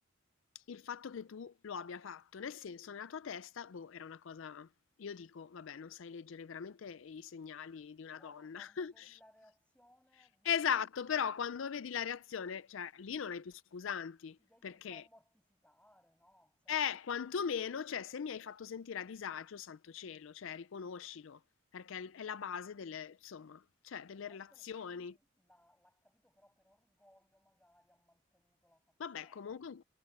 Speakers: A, on the left; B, in the centre.
A: Il fatto che tu lo abbia fatto, nel senso, nella tua testa, boh, era una cosa. Io dico, vabbè, non sai leggere veramente i segnali di una
B: Però
A: donna.
B: poi quando
A: <laughs>
B: vedi la reazione dico,
A: Esatto, però
B: eh,
A: quando vedi la reazione, cioè lì non hai più scusanti,
B: ti devi
A: perché
B: un po' mortificare, no? Cioè...
A: è quantomeno, cioè se mi hai fatto sentire a disagio, santo cielo, cioè riconoscilo, perché è è la base delle, insomma, cioè delle
B: Può essere
A: relazioni.
B: che lui l'ha l'ha capito, però per orgoglio magari ha mantenuto la facciata.
A: Vabbè comunque un